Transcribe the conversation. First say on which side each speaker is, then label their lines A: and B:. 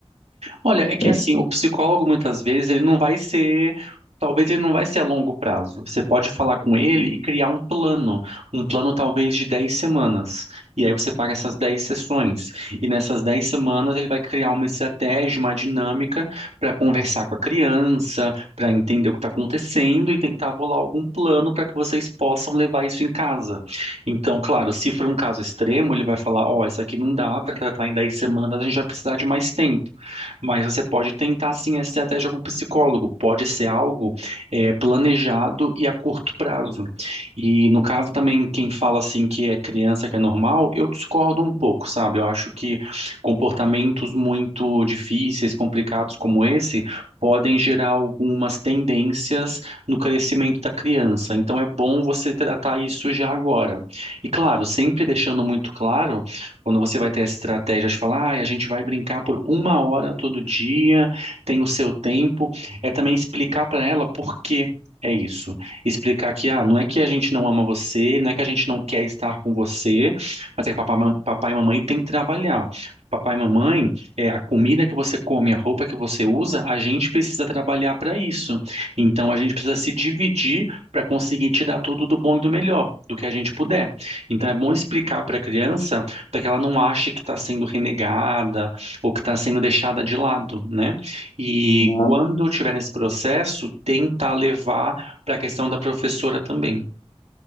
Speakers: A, on the right; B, on the left.
A: Olha, é que
B: É,
A: assim, o psicólogo muitas vezes ele não vai ser, talvez ele não vai ser a longo prazo. Você pode falar com ele
B: uhum.
A: e criar um plano, um plano talvez de 10 semanas. E aí você paga essas 10 sessões. E nessas 10 semanas ele vai criar uma estratégia, uma dinâmica para conversar com a criança, para entender o que está acontecendo e tentar bolar algum plano para que vocês possam levar isso em casa. Então, claro, se for um caso extremo, ele vai falar, ó, isso aqui não dá para tratar em 10 semanas, a gente vai precisar de mais tempo. Mas você pode tentar sim a estratégia com o psicólogo. Pode ser algo eh, planejado e a curto prazo. E no caso também, quem fala assim que é criança, que é normal, eu discordo um pouco, sabe? Eu acho que comportamentos muito difíceis, complicados como esse, podem gerar algumas tendências no crescimento da criança. Então é bom você tratar isso já agora. E claro, sempre deixando muito claro quando você vai ter essa estratégia de falar, "Ai, a gente vai brincar por uma hora todo dia, tem o seu tempo, é também explicar para ela por quê. É isso. Explicar que, ah, não é que a gente não ama você, não é que a gente não quer estar com você, mas é que papai, papai e mamãe têm que trabalhar. Papai e mamãe, é, a comida que você come, a roupa que você usa, a gente precisa trabalhar para isso. Então a gente precisa se dividir para conseguir te dar tudo do bom e do melhor, do que a gente puder. Então é bom explicar para a criança para que ela não ache que está sendo renegada ou que está sendo deixada de lado, né? E
B: Não,
A: quando tiver nesse processo, tentar levar para a questão da professora também.